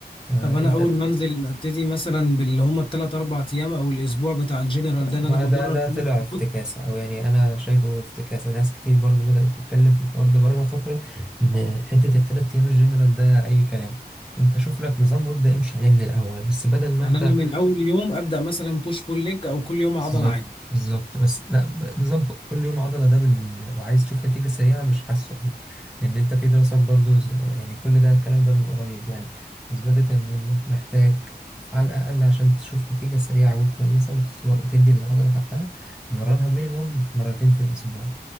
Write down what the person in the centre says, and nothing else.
آه
أنت
ما
ده ده
طلع
افتكاسة أو يعني أنا شايفه افتكاسة ناس كتير برضو بدأت تتكلم في الحوار ده بقالها فترة إن حتة التلات أيام الجنرال ده أي كلام أنت شوف لك نظام وابدأ امشي عليه من الأول بس بدل ما
أنت
بالظبط
بالظبط بس لا ب- نظام ك- كل يوم عضلة ده بال... وعايز تشوف نتيجة سريعة مش حاسه أوي. لأن أنت في دراسات برضو ز- يعني كل ده الكلام ده من قريب يعني أثبتت إن إنك محتاج على الأقل عشان تشوف نتيجة سريعة وكويسة وتت- وتدي للعضلة حقها تمرنها مينيموم مرتين في الأسبوع